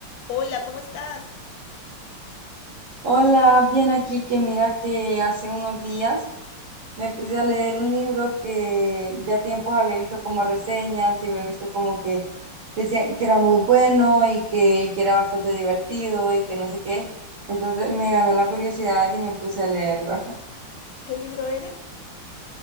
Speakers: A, on the left (about 80°); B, on the right (about 75°).
A: Hola, ¿cómo estás?
B: Hola, bien aquí que mira que hace unos días me puse a leer un libro que ya tiempos había visto como reseñas y había visto como que decían que era muy bueno y que, y que era bastante divertido y que no sé qué. Entonces me ganó la curiosidad y me puse a leerlo. <laughs>
A: ¿Qué libro era?